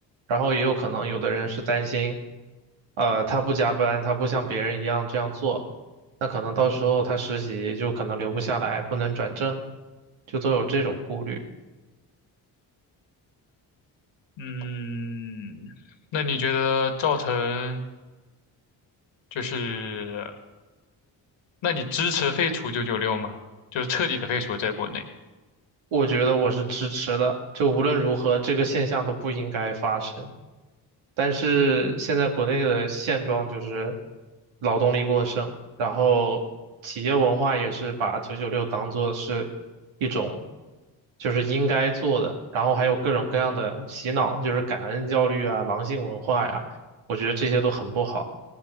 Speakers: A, on the right (about 70°); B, on the left (about 65°).
A: 然后也有可能有的人是担心，呃，他不加班，他不像别人一样这样做，那可能到时候他实习就可能留不下来，不能转正，就都有这种顾虑。
B: 嗯，那你觉得造成就是，那你支持废除九九六吗？就是彻底的废除在国内。
A: 我觉得我是支持的，就无论如何，这个现象都不应该发生。但是现在国内的现状就是劳动力过剩，然后企业文化也是把九九六当做是一种就是应该做的，然后还有各种各样的洗脑，就是感恩教育啊、狼性文化呀，我觉得这些都很不好。